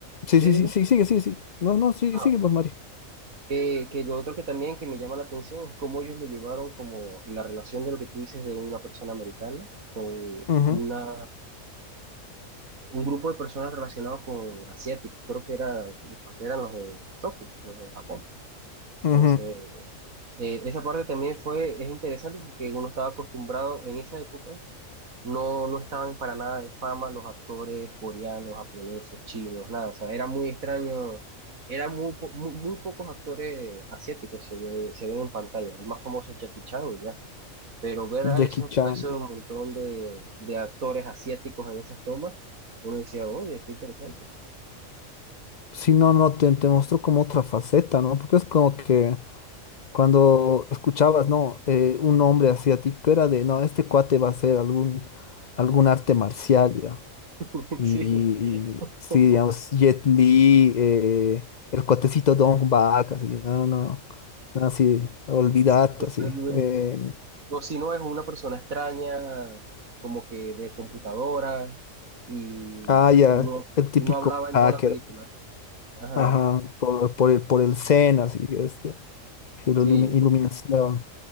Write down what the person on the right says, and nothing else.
sí,
dime.
Ah,
que, que lo otro que también que me llama la atención es cómo ellos lo llevaron como la relación de lo que tú dices de una persona americana con
una un grupo de personas relacionados con asiáticos, creo que era, porque eran los de Tokio, los de Japón.
Entonces, eh, esa parte también fue, es interesante porque uno estaba acostumbrado en esa época, no, no estaban para nada de fama los actores coreanos, japoneses, chinos, nada, o sea, era muy extraño, eran muy, po- muy, muy pocos actores asiáticos se, ve- se ven en pantalla, el más famoso es Jackie Chan, ya, pero ver
a esos,
a esos montón de, de actores asiáticos en esas tomas, uno decía, oye, está interesante.
<laughs>
Sí, <laughs>
totalmente.
O si no, es una persona extraña, como que de computadora, y,
y no,
y no hablaba en
toda la película. Ajá,
sí.